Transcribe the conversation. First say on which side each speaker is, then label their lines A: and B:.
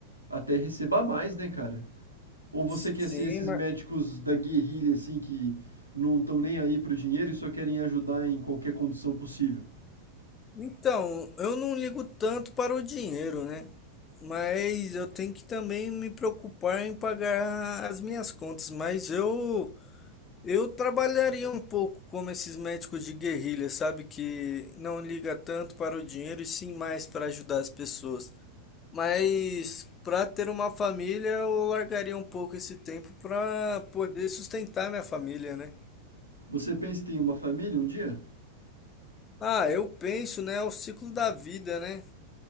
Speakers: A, on the right (about 90°); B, on the left (about 25°).
A: até receba mais, né, cara? Ou você
B: Sim,
A: quer ser esses
B: mas...
A: médicos da guerrilha, assim, que não estão nem aí pro dinheiro e só querem ajudar em qualquer condição possível?
B: Então, eu não ligo tanto para o dinheiro, né? Mas eu tenho que também me preocupar em pagar as minhas contas. Mas eu Eu trabalharia um pouco como esses médicos de guerrilha, sabe? Que não liga tanto para o dinheiro e sim mais para ajudar as pessoas. Mas para ter uma família, eu largaria um pouco esse tempo para poder sustentar minha família, né?
A: Você pensa em ter uma família um dia?
B: Ah, eu penso, né? É o ciclo da vida, né?